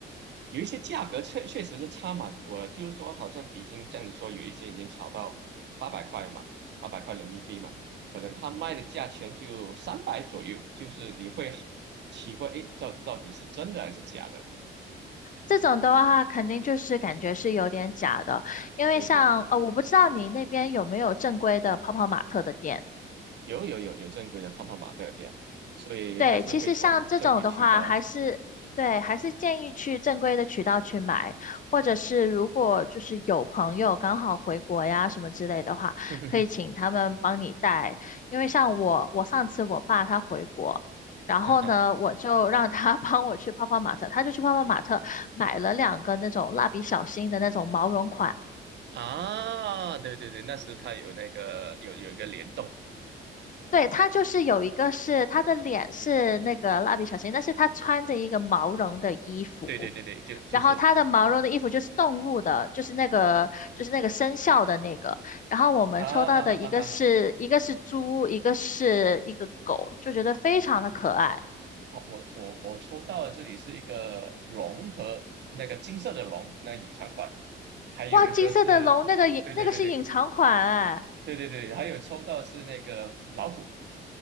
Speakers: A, on the right; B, on the left.
A: 有一些价格确确实是差蛮多了，就是说好像比金像你说有一些已经炒到八百块嘛，八百块人民币嘛，可能他卖的价钱就三百左右，就是你会奇怪，诶，到到底是真的还是假的？
B: 这种的话，肯定就是感觉是有点假的，因为像呃，
A: 对对对。
B: 我不知道你那边有没有正规的泡泡玛特的店。
A: 有有有有正规的泡泡玛特的店，所以还是会从正规渠道。
B: 对，其实像这种的话，还是对，还是建议去正规的渠道去买，或者是如果就是有朋友刚好回国呀什么之类的话，
A: <laughs> 哼哼哼，
B: 可以请他们帮你带。因为像我，我上次我爸他回国，然后呢，
A: 啊哈
B: 我就让他 <laughs> 帮我去泡泡玛特，他就去泡泡玛特买了两个那种蜡笔小新的那种毛绒款。
A: 啊，对对对，那时它有那个有有一个联动，
B: 对，他就是有一个是他的脸是那个蜡笔小新，但是他穿着一个毛绒的衣服。
A: 对对对对，就就是
B: 然后它的毛绒的衣服就是动物的，就是那个就是那个生肖的那个。然后我们抽到的一个是一个是猪，
A: 啊哈哈哈哈哈，
B: 一个是一个狗，就觉得非常的可爱。
A: 哦，我我我抽到的这里是一个龙和那个金色的龙，那隐藏款，还有一个是，
B: 哇，金色的龙那个隐那个是隐藏款哎，
A: 对对对对对对对，还有抽到是那个老虎，